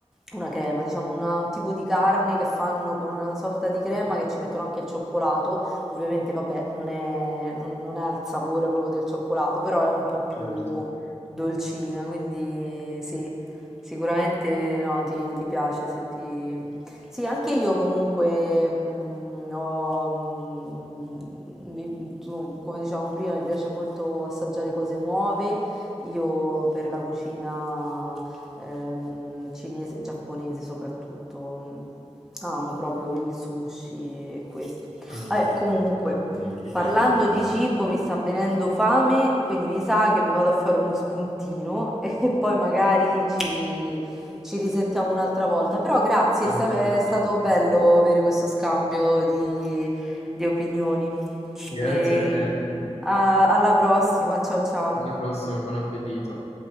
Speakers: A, in the centre; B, on the left (about 70°).
A: una crema, diciamo una- un tipo di carne che fanno con una sorta di crema che ci mettono anche il cioccolato, ovviamente vabbè non è, non, non ha il sapore proprio del cioccolato, però è un po' più
B: Certo.
A: dolcina, quindi sì, sicuramente no, ti, ti piace se ti sì, anche io comunque mm, ho, mm, mi- tu- come dicevamo prima, mi piace molto assaggiare cose nuove. Io per la cucina ehm, cinese, giapponese soprattutto, mm, amo proprio il sushi e questo.
B: Ah,
A: Vabbè, comunque,
B: sì, ti piace
A: parlando
B: molto.
A: di cibo mi sta venendo fame, quindi mi sa che mi vado a fare uno spuntino <laughs> e poi magari ci ci risentiamo un'altra volta. Però grazie,
B: Perfetto.
A: è sta- è stato bello avere questo scambio di, di opinioni.
B: Grazie
A: E
B: a te.
A: a- alla prossima, ciao ciao.
B: Alla prossima, buon appetito.